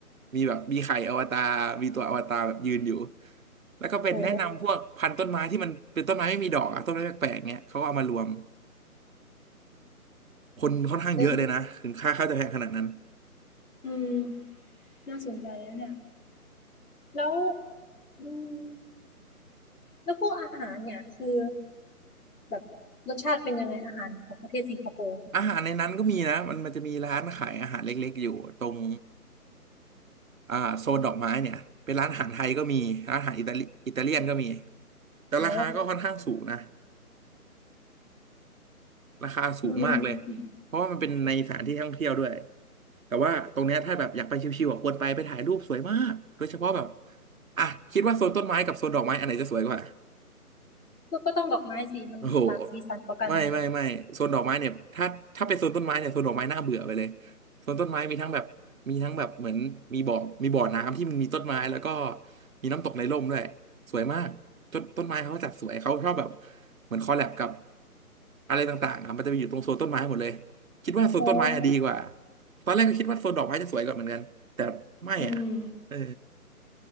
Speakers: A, on the right; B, on the left.
A: มีแบบมีไข่อวตารมีตัวอวตารแบบยืนอยู่แล้วก็เป็นแนะนำพวกพันธุ์ต้นไม้ที่มันเป็นต้นไม้ไม่มีดอกอะต้นไม้แปลกๆเงี้ยเขาก็เอามารวม
B: โห
A: คนค่อนข้างเยอะเลยนะถึงค่าข้าวจะแพงขนาดนั้น
B: เป็นอืมน่าสนใจนะเนี่ยแล้วอืม แล้วพวกอาหารเนี่ยคือแบบรสชาติเป็นยังไงอาหารของประเทศสิงคโปร์
A: อาหารในนั้นก็มีนะมันมันจะมีร้านขายอาหารเล็กๆอยู่ตรงอ่าโซนดอกไม้เนี่ยเป็นร้านอาหารไทยก็มีร้านอาหารอิตาลีอิตาเลียนก็มีแต่ราคาก็ค่อนข้างสูงนะ
B: โอ้
A: ราคาสูงมากเลย
B: อืม
A: เพราะว่ามันเป็นในสถานที่ท่องเที่ยวด้วย แต่ว่าตรงเนี้ยถ้าแบบอยากไปชิวๆอ่ะควรไปไปถ่ายรูปสวยมากโดยเฉพาะแบบ อ่ะคิดว่าโซนต้นไม้กับโซนดอกไม้อันไหนจะสวยกว่า
B: ก็ก็ต้องดอกไม้สีมันหลากสีสันกว่ากัน
A: โอ้โหไม่ไม่ไม่โซนดอกไม้เนี่ยถ้าถ้าเป็นโซนต้นไม้เนี่ยโซนดอกไม้น่าเบื่อไปเลยโซนต้นไม้มีทั้งแบบมีทั้งแบบเหมือนมีบ่อมีบ่อน้ำที่มันมีต้นไม้แล้วก็มีน้ำตกในร่มด้วยสวยมากต้นต้นไม้เขาจัดสวยเขาชอบแบบเหมือนคอลแลบกับอะไรต่างๆอ่ะมันจะไปอยู่ตรงโซนต้นไม้หมดเลยคิดว่าโซนต้นไม้อะดีกว่า
B: โอ้
A: ตอนแรกก็คิดว่าโซนดอกไม้จะสวยกว่าเหมือนกันแต่ไม่อ่ะ
B: อืม
A: เออ